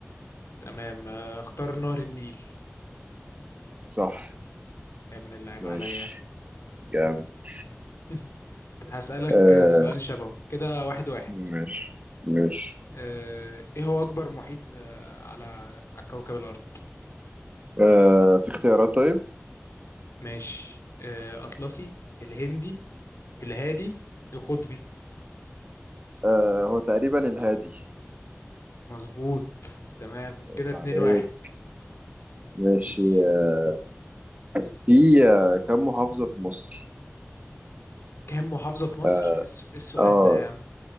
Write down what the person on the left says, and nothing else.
تمام آه، اختار نهر النيل
يا ابن اللعيب
عليا
<laughs> هسألك
سؤال شبهه كده واحد واحد
آه، ايه هو اكبر محيط آه، على على كوكب الارض
ماشي آه، اطلسي الهندي الهادي القطبي
مظبوط تمام
كده اتنين
واحد
ماشي
كام محافظة في مصر
ايه الس- إيه السؤال
ده يا عم